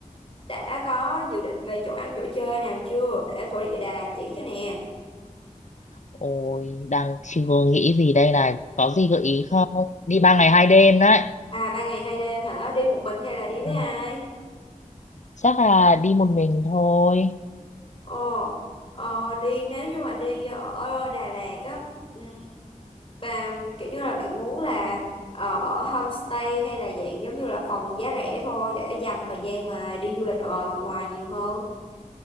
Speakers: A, on the left; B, on the left.
A: đã có dự định về chỗ ăn chỗ chơi nào chưa để thổ địa Đà Lạt chỉ cho nè.
B: ôi đang chưa nghĩ gì đây này, có gì gợi ý không? Đi ba ngày hai đêm đấy.
A: À ba ngày hai đêm hả? Đi một mình hay là đi với
B: Ừ.
A: ai?
B: Chắc là đi một mình thôi,
A: Ồ, ờ, đi nếu như mà đi ở Đà Lạt á, ừ, bà kiểu như là bạn muốn là ờ, ở homestay hay là dạng giống như là phòng giá rẻ thôi để dành thời gian mà đi du lịch ở ngoài nhiều hơn.